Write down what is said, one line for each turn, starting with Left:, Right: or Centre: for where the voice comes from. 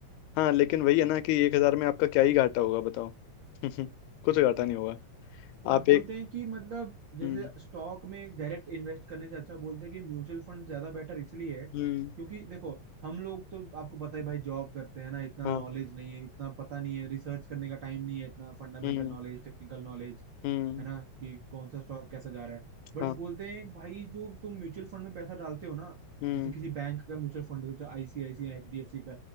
Left: हाँ लेकिन वही
Right: हम्म
Left: है ना कि एक हजार में आपका क्या ही घाटा होगा बताओ <laughs> कुछ
Right: हम्म
Left: घाटा नहीं होगा
Right: और
Left: आप
Right: बोलते
Left: एक
Right: हैं कि मतलब जैसे
Left: हम्म
Right: स्टॉक में डायरेक्ट इन्वेस्ट करने से अच्छा बोलते हैं कि म्यूचुअल फंड ज्यादा बेटर इसलिए है क्योंकि
Left: हम्म
Right: देखो हम लोग तो आपको पता है भाई जॉब करते हैं ना इतना
Left: हाँ
Right: नॉलेज नहीं है इतना पता नहीं है रिसर्च करने का टाइम नहीं है इतना फंडामेंटल
Left: हम्म
Right: नॉलेज टेक्निकल नॉलेज
Left: हम्म
Right: है ना कि कौन सा स्टॉक कैसा जा रहा है बट
Left: हाँ
Right: बोलते हैं भाई जो तुम म्यूचुअल फंड में पैसा डालते हो ना
Left: हम्म
Right: जैसे किसी बैंक का म्यूचुअल फंड है तो आईसीआईसीआई एचडीएफसी